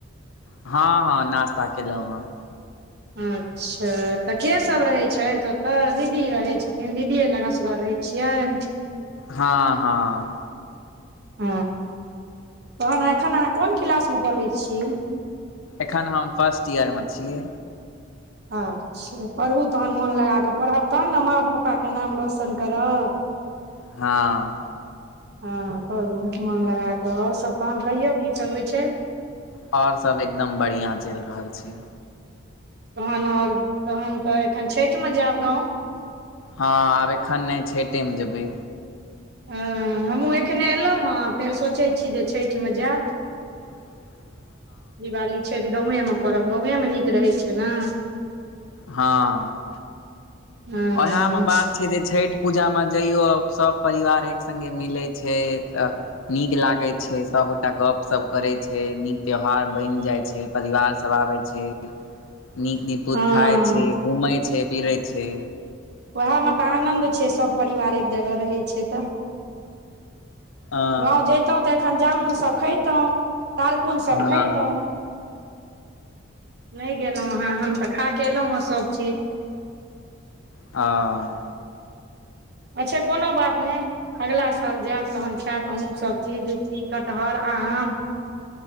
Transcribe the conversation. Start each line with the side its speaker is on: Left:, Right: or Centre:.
Left: हँ हँ नास्ता केलहुँ हँ
Right: अच्छ तऽ के सब रहै छै ओतऽ दीदी रहे छथिन दीदीे लगसगर रहे <inaudible>
Left: हँ हँ
Right: <unintelligible> तहन एखन अहाँ कोन क्लास पढ़ै छी
Left: एखन हम फर्स्ट ईयरमे छियै
Right: अच्छा पढ़ू तहन मोन लगा कऽ पढ़ब तहन ने माँ पप्पा के नाम रौशन करब
Left: <unintelligible> हँ
Right: हँ पढूं मोन लगा कऽ और सब तहन कहियौ की सब होइ छै
Left: और सब एकदम बढ़िआँ चलि रहल छै
Right: तखन और तहन तऽ एखन छठ मे जायब गाँव
Left: हँ आब एखन नहि छठ म जेबै
Right: हँ हमहूँ एखने एयलहुँ ह फेर सोचैत छी जे छठ मे जायब
Left: <inaudible>
Right: दिवाली छठि गाँवएमे करब गाँवएमे नीक रहै छै ने
Left: हँ
Right: हँ
Left: ओह मे बात छै जे छठि पूजामे जइयऔ सभ परिवार एक संगे मिलै छै नीक लागे छै सब एकटा गप सप करै छै नीक त्यौहार बनि जाय छै परिवार सब आबै छै नीक निकुत
Right: हँ
Left: खााय छै घूमै छै फिरै छै
Right: ओएहमे तऽ आनंन्द छै सभ परिवार एक जगह रहै छै तऽ
Left: अ
Right: गाँव जैतहुँ तऽ एखन जामुनसभ खयैतहुँ तारकुनसभ
Left: हँ
Right: खैतहुँ नहि गेलहुँ हँ आहाँ हम तऽ खा कऽ एलहुँ हेँ सभ चीज
Left: आ
Right: अच्छा कोनो बात नई अगला साल जायब तहन खायब अहूँ सभ चीज लीची कटहर आम